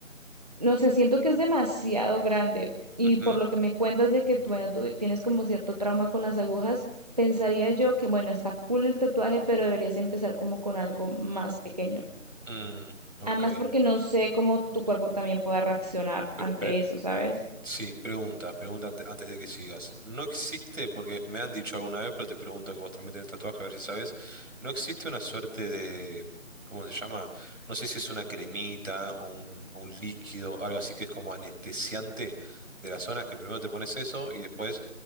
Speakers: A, on the right; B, on the right.
A: no sé, siento que es demasiado grande y
B: Ujú,
A: por lo que me cuentas de que, tú, bueno, tú tienes como cierto trauma con las agujas, pensaría yo que, bueno, está cool el tatuaje, pero deberías empezar como con algo más pequeño.
B: mm, ok.
A: Además, porque no sé cómo tu cuerpo también pueda reaccionar
B: Pre-
A: ante
B: pre-
A: eso, ¿sabes?
B: Sí, pregunta, pregunta ante- antes de que sigas. No existe, porque me han dicho alguna vez, pero te pregunto que vos también tenés tatuaje, a ver si sabes. No existe una suerte de, ¿cómo se llama? No sé si es una cremita o un, o un líquido, algo así que es como anestesiante de las zonas, que primero te pones eso y después